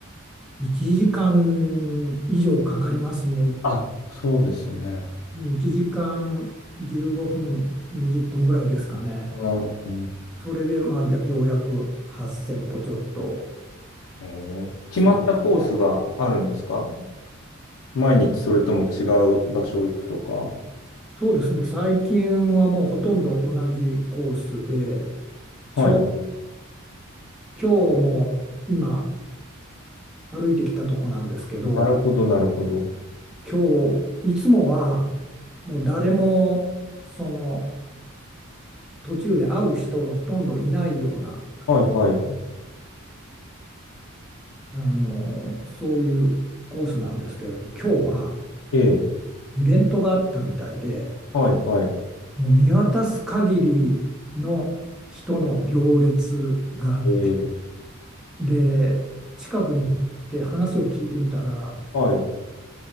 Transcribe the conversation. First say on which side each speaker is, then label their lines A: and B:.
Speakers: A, in the centre; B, on the left.
A: 1時間以上かかりますね。
B: あ、そうですよね。
A: 1時間15分、20分ぐらいですかね。
B: うん
A: それでまあやようやく8000歩ちょっと
B: へー決まったコースがあるんですか
A: ですね
B: 毎日それとも違う場所行くとか。
A: そうですね、最近はもうほとんど同じコースで、
B: はい。
A: ちょ、今日も今歩いてきたとこなんですけど、
B: なるほど、なるほど。
A: 今日いつもはもう誰もその途中で会う人がほとんどいないような、
B: はいはい。
A: あの、そういうコースなんですけど、今日は
B: ええ。
A: イベントがあったみたいで、
B: はいはい。
A: もう見渡す限りの人の行列があっ
B: ええ。
A: で、近くに行って話を聞いてみたら、
B: はい。